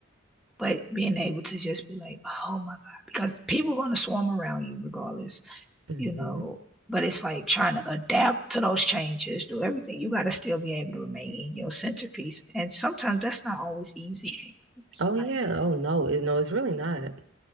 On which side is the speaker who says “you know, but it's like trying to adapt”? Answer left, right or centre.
Centre